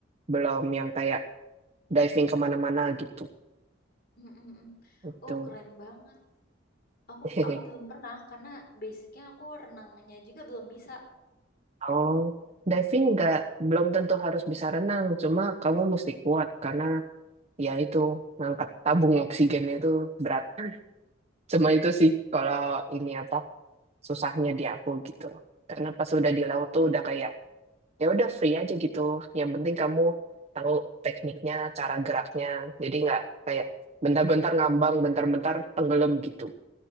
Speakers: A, on the right; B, on the left.
A: Belum yang kayak diving kemana-mana gitu.
B: Mm, mm, mm.
A: Gitu.
B: Oh, keren banget. Aku
A: <laughs>
B: aku belum pernah karena basicnya aku renangnya juga belum bisa.
A: Oh, diving nggak belum tentu harus bisa renang, cuma kamu mesti kuat karena ya itu ngangkat tabung oksigen itu berat. Cuma
B: Mm,
A: itu
B: mm.
A: sih kalau ini apa susahnya di aku gitu. Karena pas udah di laut tuh udah kayak ya udah free aja gitu. Yang penting kamu tahu tekniknya, cara geraknya. Jadi nggak kayak bentar-bentar ngambang, bentar-bentar tenggelam gitu.